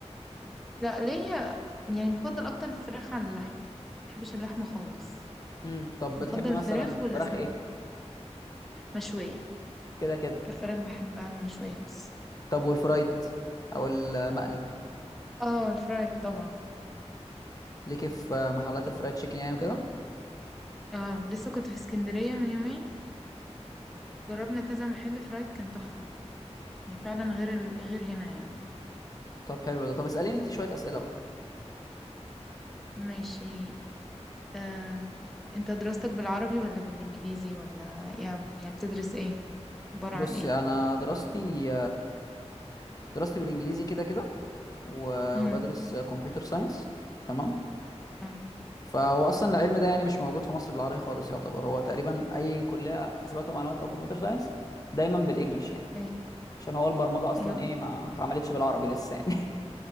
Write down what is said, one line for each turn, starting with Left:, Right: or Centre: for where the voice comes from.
Centre: لا ليا يعني بفضل اكتر الفراخ عن اللحم ما بحبش اللحمة خالص
Left: امم طب
Centre: بفضل
Left: بتحبي
Centre: الفراخ
Left: مثلا
Centre: والأسماك
Left: فراخ ايه
Centre: مشوية
Left: كده كده
Centre: أكتر فراخ بحبها المشوية بس
Left: طب والفرايد او المقلي
Centre: اه الفرايد طبعا
Left: ليكي في محلات الفرايد تشيكن يعني وكده
Centre: اه لسه كنت في اسكندرية من يومين جربنا كذا محل فرايد كان تحفة يعني فعلا غير ال... غير هنا يعني
Left: طب حلو ده طب اساليني انت شويه اسئله بقى
Centre: ماشي آه. انت دراستك بالعربي ولا بالإنجليزي ولا يعني يعني بتدرس ايه عبارة
Left: بصي
Centre: عن ايه
Left: انا دراستي دراستي بالانجليزي كده كده و-
Centre: امم
Left: وبدرس كمبيوتر ساينس تمام
Centre: اه
Left: فهو اصلا العلم ده يعني مش موجود في مصر بالعربي خالص يعتبر هو تقريبا اي كليه حاسبات ومعلومات او كمبيوتر ساينس دايما بالانجلش يعني
Centre: ايوه
Left: عشان هو البرمجه اصلا
Centre: ايوه
Left: ايه ما اتعملتش بالعربي لسه يعني